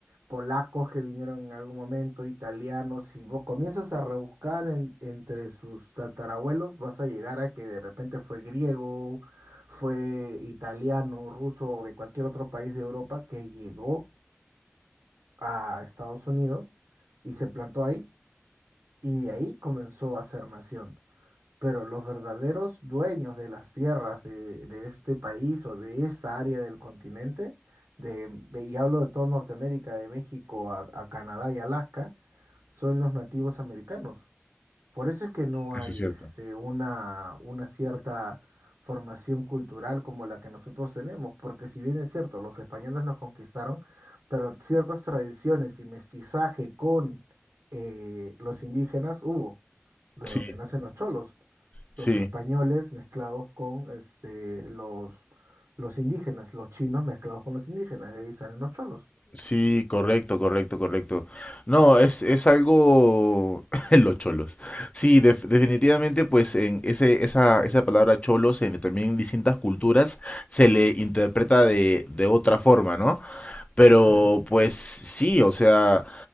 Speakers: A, on the right; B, on the left.
A: polacos que vinieron en algún momento, italianos, si vos comienzas a rebuscar en- entre sus tatarabuelos, vas a llegar a que de repente fue griego, fue italiano, ruso o de cualquier otro país de Europa que llegó a Estados Unidos y se plantó ahí y de ahí comenzó a ser nación. Pero los verdaderos dueños de las tierras de, de este país o de esta área del continente, de, de- y hablo de toda Norteamérica, de México a, a Canadá y Alaska, son los nativos americanos. Por eso es que no
B: Eso
A: hay
B: es cierto.
A: este, una, una cierta formación cultural como la que nosotros tenemos, porque si bien es cierto, los españoles nos conquistaron, pero ciertas tradiciones y mestizaje con eh, los indígenas hubo, de
B: Sí,
A: donde nacen los cholos
B: sí.
A: los españoles mezclados con este, los, los indígenas, los chinos mezclados con los indígenas, de ahí salen los cholos.
B: Sí, correcto, correcto, correcto. No, es, es algo... <laughs> Los cholos. Sí, def- definitivamente, pues en ese, esa, esa palabra cholos en también distintas culturas se le interpreta de, de otra forma, ¿no? Pero
A: Sí,
B: pues sí, o sea,